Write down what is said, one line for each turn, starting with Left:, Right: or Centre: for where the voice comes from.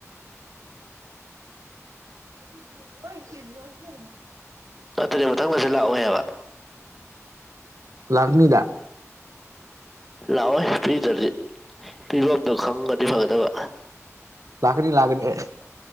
Right: <inaudible> <unintelligible>
Centre: ꯑꯗꯨꯅꯦ ꯃꯊꯪꯗꯁꯨ ꯂꯥꯛꯑꯣꯏ ꯍꯥꯏꯕ
Right: ꯂꯥꯛꯅꯤꯗꯥ
Centre: ꯂꯥꯛꯑꯣꯏ ꯄꯤꯗ꯭ꯔꯗꯤ ꯄꯤꯕꯝꯗꯣ ꯈꯪꯉꯗꯤ ꯐꯒꯗꯕ
Right: ꯂꯥꯛꯀꯅꯤ ꯂꯥꯛꯀꯅꯤ ꯑꯦ